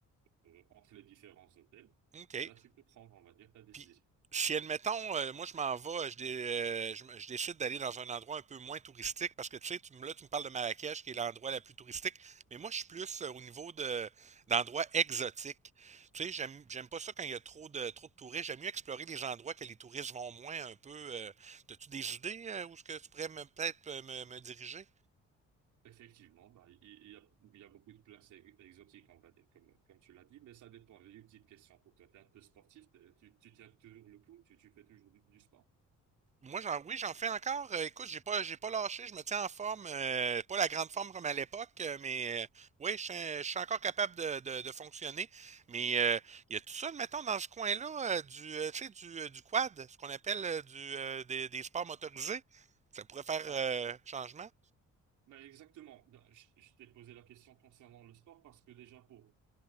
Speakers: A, on the right (about 75°); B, on the right (about 25°).
A: euh, entre les différents hôtels.
B: OK.
A: Et là, tu peux prendre, on va dire, ta décision.
B: Puis, si, admettons, euh, moi, je m'en vais, je, dé- euh, je, me- je décide d'aller dans un endroit un peu moins touristique, parce que, tu sais, tu, me- là, tu me parles de Marrakech, qui est l'endroit la plus touristique, mais moi, je suis plus euh, au niveau de d'endroits exotiques. Tu sais, j'aime, j'aime pas ça quand il y a trop de, trop de touristes. J'aime mieux explorer les endroits que les touristes vont moins un peu. euh, t'as-tu des idées euh, où ce que tu pourrais me, peut-être euh, me, me diriger?
A: Effectivement, bah, il il y a, il y a beaucoup de places ex- exotiques, on va dire, comme, comme tu l'as dit, mais ça dépend. J'ai une petite question pour toi. Tu es un peu sportif, t'es- tu, tu tiens toujours le coup, tu, tu fais toujours du, du sport.
B: Moi, j'en, oui, j'en fais encore. Euh, écoute, j'ai pas, j'ai pas lâché. Je me tiens en forme. euh, pas la grande forme comme à l'époque, euh, mais euh, oui, je, suis- je suis encore capable de, de, de fonctionner. Mais euh, il y a tout ça, mettons, dans ce coin-là, euh, du, euh, tu sais, du, euh, du quad, ce qu'on appelle euh, du, euh, des, des sports motorisés. Ça pourrait faire
A: Bah,
B: euh, changement.
A: bah, exactement. Bah, Je, je t'ai posé la question concernant le sport parce que déjà pour,